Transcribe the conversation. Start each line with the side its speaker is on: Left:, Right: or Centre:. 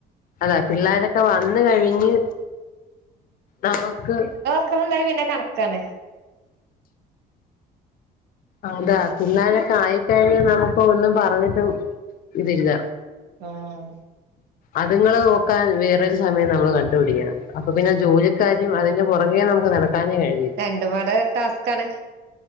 Left: അതാ പിള്ളേരൊക്കെ വന്ന് കഴിഞ്ഞ് നമുക്ക്
Right: സ്കൂൾണ്ടായ പിന്നെ കണക്കാന്
Left: അതാ പിള്ളാരൊക്കെ ആയിക്കഴിഞ്ഞ് നമുക്ക് ഒന്നും പറഞ്ഞിട്ടും ഇതില്ല
Right: ആഹ്‌
Left: അതുങ്ങളെ നോക്കാൻ വേറൊരു സമയം നമ്മൾ കണ്ടുപിടിക്കണം അപ്പൊ പിന്നെ ജോലിക്കാര്യം അതിന്റെ പുറകെ നമുക്ക് നടക്കാനേ കഴിയും
Right: രണ്ടുംപാടെ ടാസ്ക് ആണ്